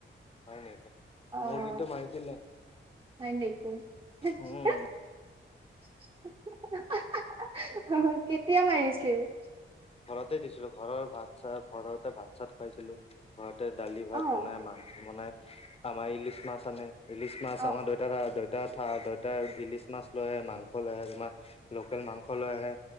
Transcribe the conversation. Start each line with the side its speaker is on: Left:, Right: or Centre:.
Left: হয় নেকি
Right: আহ
Left: মোৰ কিন্তু মাৰিছিলে
Right: হয় নেকি? কেতিয়া
Left: উম
Right: মাৰিছিল?
Left: ঘৰতে দিছিলো ঘৰৰ ভাত চাত ঘৰতে ভাত চাত খুৱাইছিলোঁ ঘৰত দালি ভাত
Right: অ',
Left: বনাই মাংস বনাই আমাৰ ইলিচ মাছ আনে ইলিচ মাছ
Right: অ',
Left: আমাৰ দেউতাৰা দুটা থা দুটাই ইলিছ মাছ লৈ আহে মাংস লৈ আহে তোমাৰ লোকেল মাংস লৈ আহে।